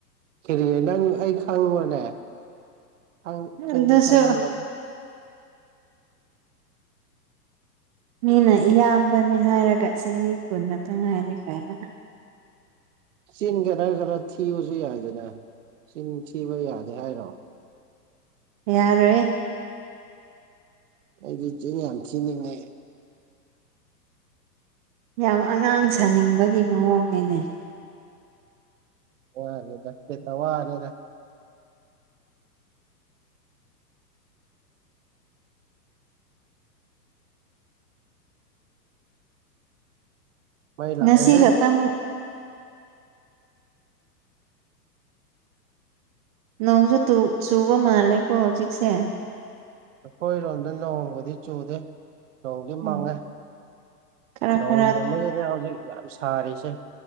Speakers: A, on the right; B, on the right.
A: ꯀꯔꯤꯅꯦ ꯅꯪ ꯑꯩ ꯈꯪꯉꯨꯔꯅꯦ ꯑ ꯈꯪꯗꯦ
B: ꯑꯗꯨꯁꯨ
A: ꯈꯪꯪꯕꯅꯤ
B: ꯃꯤꯅ ꯏꯌꯥꯝꯕꯅꯤ ꯍꯥꯏꯔꯒ ꯆꯍꯤ ꯀꯨꯟꯇ ꯉꯥꯏꯔꯤ ꯀꯥꯏꯅ
A: ꯆꯤꯟ ꯈꯔ ꯈꯔ ꯊꯤꯕꯁꯨ ꯌꯥꯏꯗꯅ ꯆꯤꯟ ꯊꯤꯕ ꯌꯥꯗꯦ ꯍꯥꯏꯔꯣ
B: ꯌꯥꯔꯦ
A: ꯑꯩꯗꯤ ꯆ ꯌꯥꯝ ꯊꯤꯅꯤꯡꯉꯦ
B: ꯌꯥꯝ ꯑꯉꯥꯡ ꯁꯥꯅꯤꯡꯕꯒꯤ ꯃꯑꯣꯡꯅꯤꯅꯦ
A: ꯋꯥꯅꯤꯗ ꯄꯦ ꯋꯥꯅꯤꯗ ꯃꯩ
B: ꯉꯁꯤ
A: ꯂꯥꯛꯑꯦꯍꯦ
B: ꯈꯛꯇꯪ ꯅꯣꯡꯁꯖꯨ ꯆꯨꯕ ꯃꯥꯂꯦꯀꯣ ꯍꯧꯖꯤꯛꯁꯦ꯫
A: ꯈꯣꯏꯔꯣꯝꯗ ꯅꯣꯡꯍꯣꯡꯃꯗꯤ ꯆꯨꯗꯦ ꯅꯣꯡꯗꯤ
B: ꯎꯝ
A: ꯃꯥꯡꯉꯦ
B: ꯈꯔ
A: ꯅꯣꯡ
B: ꯈꯔ
A: ꯃꯥꯡꯃꯗꯅꯦ ꯍꯧꯖꯤꯛ ꯌꯥꯝ ꯁꯥꯔꯤꯁꯦ